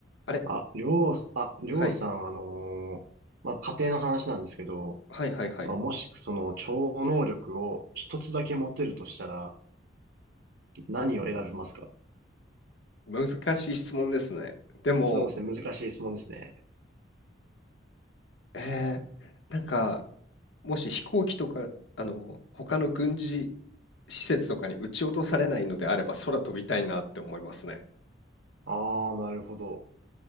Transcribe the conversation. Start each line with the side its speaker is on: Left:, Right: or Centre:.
Left: あれ、
Right: あ、りょう、あ、りょうさん、
Left: はい、
Right: あのーまあ、家庭の話なんですけど、
Left: はいはいはい。
Right: まあ、もしその超能力を一つだけ持てるとしたら何を選びますか
Left: 難しい質問ですね。でも、
Right: そうですね、難しい質問ですね。
Left: えー、なんか、もし飛行機とか、あの、他の軍事施設とかに撃ち落とされないのであれば、空飛びたいなって思いますね。
Right: ああ、なるほど。